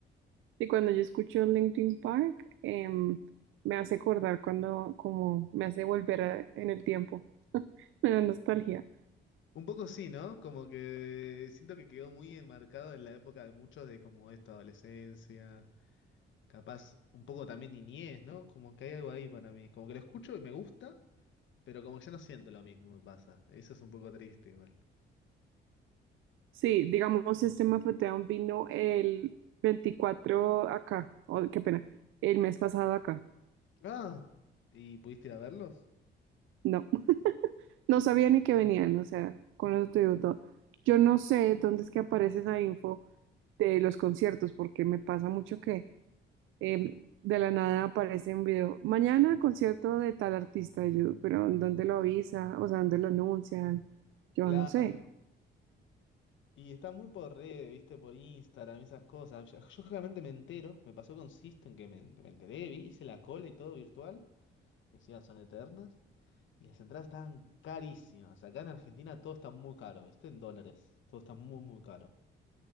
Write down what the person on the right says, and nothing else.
Y cuando yo escucho Linkin Park, em, me hace acordar cuando, como me hace volver a- en el tiempo, <laughs> me da nostalgia.
Sí, digamos, System of a Down vino el 24 acá, oh, qué pena, el mes pasado acá.
No, <laughs> no sabía ni que venían, o sea, con eso te digo todo. Yo no sé dónde es que aparece esa info de los conciertos, porque me pasa mucho que em, de la nada aparece un video. Mañana concierto de tal artista, y yo, pero ¿en ¿dónde lo avisa? O sea, ¿dónde lo anuncian? Yo
no sé.